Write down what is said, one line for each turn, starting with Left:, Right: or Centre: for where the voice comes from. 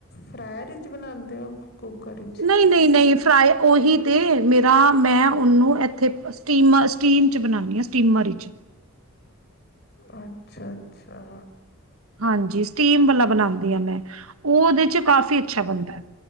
Left: ਫਰਾਅਰ ਚ ਬਨਾਂਦੇ ਔ? ਕੁੂਕਰ ਈਚ।
Right: ਨਹੀਂ ਨਹੀਂ ਨਹੀਂ ਫਰਾਈ ਔਹੀ ਤੇ, ਮੇਰਾ ਮੈਂ ਉਹਨੂੰ ਇੱਥੇ ਸਟੀਮਾ ਸਟੀਮ ਚ ਬਣਾਦੀ ਆਂ ਸਟੀਮਰ ਈਚ।
Left: ਅੱਛਾ, ਅੱਛਾ।
Right: ਹਾਂਜੀ, ਸਟੀਮ ਵਾਲ ਬਨਾਂਦੀ ਹਾਂ ਮੈਂ, ਉਹ ਉਹਦੇ ਚ ਕਾਫ਼ੀ ਅੱਛਾ ਬਨਦਾ ਏ।